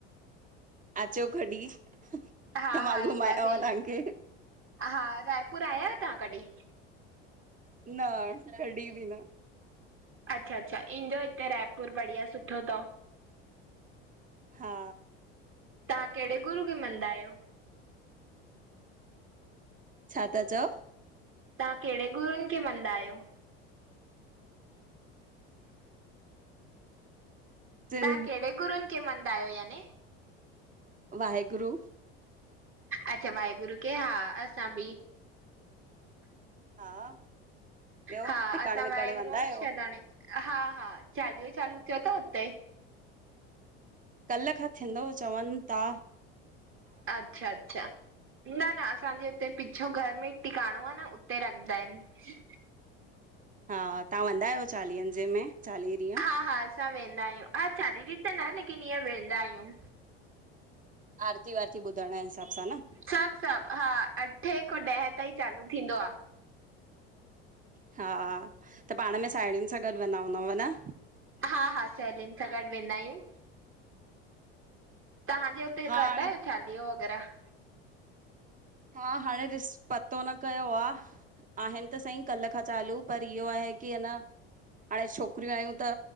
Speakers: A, on the right; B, on the right.
A: अचो कॾहिं त
B: हा
A: मां
B: हा
A: घुमायांव
B: ईंदासीं
A: तव्हांखे
B: हा रायपुर आया आहियो तव्हां कॾहिं?
A: न कडी बि न
B: अच्छा अच्छा इंजो हिते रायपुर बढ़िया सुठो तव।
A: हा
B: तां कहिड़े गुरू खे मंदा आहियो
A: छा ता चओ?
B: तां कहिड़े गुरुनि खे मंदा आहियो?
A: सिं
B: तां कहिड़े गुरूनि खे मंदा आहियो याने?
A: वाहेगुरु
B: अच्छा वाहेगुरु खे हा असां बि।
A: हा ॿियो
B: हा
A: टिकाणे
B: असां
A: विकाणे
B: वाहेगुरु
A: वेंदा
B: ऐं
A: आहियो?
B: शदाणी। हा हा चालियो चालू थियो तव उते?
A: कल्ह खां थींदो चवनि ता
B: अच्छा अच्छा न न असांजे हुते पिछो घर में ई टिकाणो आ न उते रखदा आहिनि।
A: हा तव्हां वंदा आहियो चालीहनि जे में चालीह ॾींहं?
B: हा हा असां वेंदा आहियूं हा चालीह ॾींहं त न लेकिन ईअं वेंदा आहियूं।
A: आरती वाराती ॿुधण जे हिसाब सां न?
B: सभु सभु हा अठे खों ॾहें ताईं चालू थींदो आ।
A: हा त पाण में साहेड़ियुनि सां गॾु वेंदा हूंदव न?
B: हा हा सहेलियुनि सां गॾु वेंदा आहियूं। तहांजे हुते
A: हा
B: करदा
A: हाणे
B: आहियो चालीहो वगैरह?
A: हा हाणे ॾिस पतो न कयो आ आहिनि त सईं कल्ह खां चालू पर इहो आहे की अ न हाणे छोकिरियूं आहियूं त